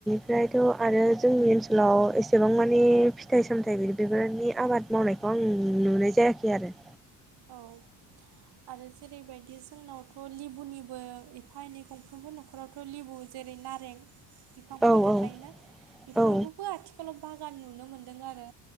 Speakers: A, in the centre; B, on the right (about 60°).
A: ओमफ्रायथ' आरो जोंनि ओनसोलाव एसेबां माने फिथाइ सामथायाइ बिदि बेफोरनि आबाद मावनायखौ आं नुनाय जायाखै आरो
B: औ आरो जेरैबायदि जोंनावथ' लेबुनिबो एफा एनै गंफ्रोम होन नफोरावथ' लेबु जेरै नारें बिफांफोरा
A: औ
B: थाखोना
A: औ
B: बेफोरखौबो
A: औ
B: आथिखालाव बागान नुनो मोनदों आरो